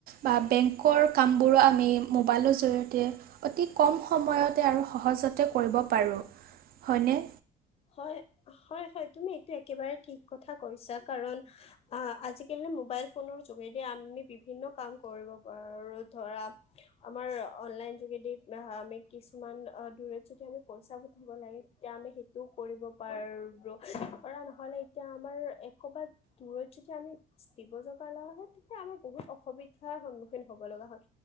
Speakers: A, on the right (about 60°); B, on the left (about 35°).
A: বা বেংকৰ কামবোৰো আমি মোবাইলৰ জৰিয়তে অতি কম সময়তে আৰু সহজতে কৰিব পাৰোঁ হয়নে?
B: হয়, হয়, হয়, তুমি এইটো একেবাৰে ঠিক কথা কৈছা। কাৰণ আহ আজিকালি মোবাইল ফোনৰ যোগেদি আমি বিভিন্ন কাম কৰিব পাৰো ধৰা। আমাৰ অনলাইন যোগেদি আমি কিছুমান দূৰত যদি আমি পইচা ঘটিব লাগে। তেতিয়া আমি সেইটোও কৰিব পাৰো কৰা নহ'লে এতিয়া আমাৰ এ ক'ৰবাত দূৰত যদি আমি দিব লগা হয়ে তেতিয়া আমাৰ বহুত অসুবিধাৰ সন্মুখীন হব লগা হয়।